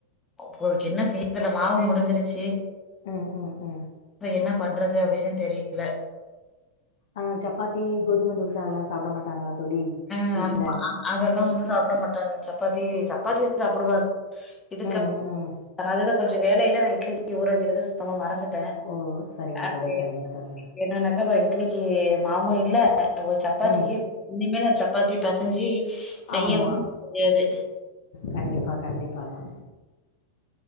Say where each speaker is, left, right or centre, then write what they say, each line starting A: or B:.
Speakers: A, on the left; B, on the left.
A: உங்களுக்கு என்ன செய் தெர்ல மாவு முடிஞ்சிருச்சு
B: ம் ம் ம்
A: இப்ப என்ன பண்றது அப்டின்னு தெரியல
B: ஆ சப்பாத்தி கோதும தோச அதெல்லா சாப்பிட மாட்டாங்களா தோழி
A: அ
B: வீட்ல
A: ஆமா அதெல்லா வந்து சாப்பிட மாட்டாங்க சப்பாத்தி சப்பாத்தி சாப்பிடுவா இதுக்கு
B: ம் ம்
A: காலைல கொஞ்சம் வேலையில நா இட்லிகி ஊரவக்கறத சுத்தமா மறந்து ட
B: ஓ சரிங்க
A: அது
B: தோழி சரிங்க தோழி
A: என்னனாக்க இப்ப இட்லிக்கு மாவும் இல்ல சப்பாத்திக்கு
B: ம்
A: இனிமே சப்பாத்தி பெசஞ்சு செய்யவும்
B: ஆமா
A: முடியாது
B: கண்டிப்பா கண்டிப்பாதா